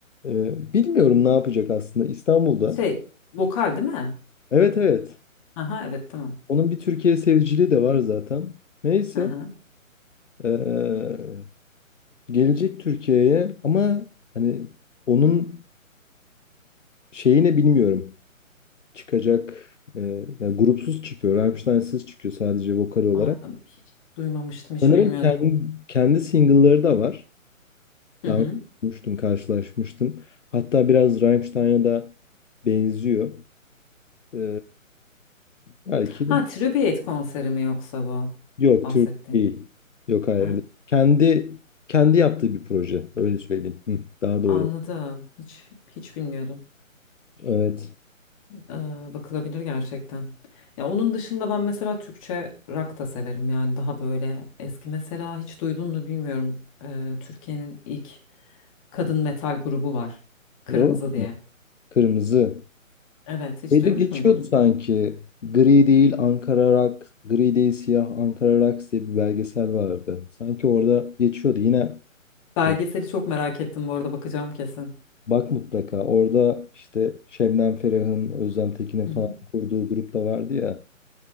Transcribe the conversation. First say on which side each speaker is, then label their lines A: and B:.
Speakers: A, on the left (about 60°); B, on the left (about 25°).
A: Ee, bilmiyorum ne yapacak aslında İstanbul'da.
B: Şey, vokal değil mi?
A: Evet evet.
B: Aha evet tamam.
A: Onun bir Türkiye seviciliği de var zaten. Neyse.
B: Hı hı.
A: ee, gelecek Türkiye'ye ama hani onun şeyini bilmiyorum. Çıkacak e, yani grupsuz çıkıyor. Rammstein'siz çıkıyor sadece vokal olarak.
B: Aa, hiç duymamıştım, hiç
A: Sanırım
B: bilmiyordum.
A: kendi, kendi single'ları da var.
B: Hı
A: Daha
B: hı.
A: önce görmüştüm, karşılaşmıştım. Hatta biraz Rammstein'a da benziyor. E, belki
B: Ha, Tribute konseri mi yoksa bu
A: yok,
B: bahsettiğin?
A: Türk değil. Yok hayır.
B: Ha,
A: değil. Kendi kendi yaptığı bir proje. Öyle söyleyeyim. Hı, daha doğru.
B: anladım. Hiç hiç bilmiyordum.
A: Evet.
B: Ee, bakılabilir gerçekten. Ya onun dışında ben mesela Türkçe rock da severim. Yani daha böyle eski mesela hiç duydun mu bilmiyorum. Ee, Türkiye'nin ilk kadın metal grubu var. Kırmızı
A: Warhol
B: diye.
A: mu? Kırmızı.
B: Evet, hiç
A: Şeyde
B: duymuş
A: geçiyordu
B: muydun?
A: sanki. Gri değil Ankara Rock, gri değil siyah Ankara Rocks diye bir belgesel vardı. Sanki orada geçiyordu. Yine
B: Belgeseli
A: e,
B: çok merak ettim bu arada bakacağım kesin.
A: bak mutlaka orada işte Şebnem Ferah'ın, Özlem Tekin'in
B: Hı hı.
A: falan kurduğu grup da vardı ya.